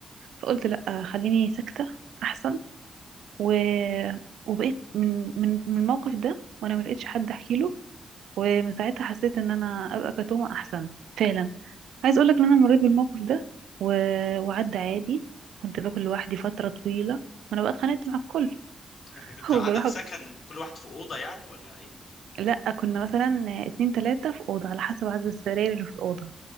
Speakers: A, on the right; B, on the left.
A: فقلت لا خليني ساكتة احسن و... وبقيت من من من الموقف ده وانا ملقتش حد احكي له ومن ساعتها حسيت ان انا ابقى كتومة احسن فعلا عايز اقولك ان انا مريت بالموقف ده و... وعدى عادي كنت باكل لوحدي فترة طويلة وانا بقى اتخانقت مع الكل
B: انت
A: <laughs>
B: كنت
A: وبروح
B: قاعده في سكن كل واحد في اوضه يعني ولا ايه
A: لا كنا مثلا اتنين تلاتة في أوضة على حسب عدد السراير اللي في الأوضة